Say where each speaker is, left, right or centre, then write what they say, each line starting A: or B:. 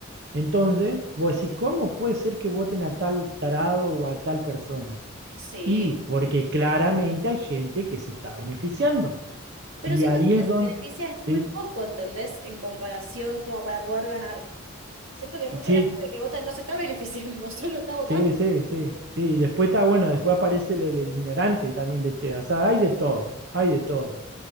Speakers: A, on the right (about 55°); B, on the right (about 80°).
A: Entonces, vos decís, ¿cómo puede ser que voten a tal tarado o a tal persona?
B: Sí,
A: Y porque claramente hay gente que se está beneficiando.
B: pero
A: Y
B: siento
A: ahí
B: que
A: es
B: les
A: donde...
B: beneficia muy
A: Sí,
B: poco, ¿entendés? En comparación como para poder ganar. Siento que mucha
A: sí,
B: de la gente que vota no se está beneficiando, <laughs> solo está votando.
A: Sí, sí, sí, sí. Y después está, bueno, después aparece el, el- el ignorante también de TEA. O sea, hay de todo, hay de todo.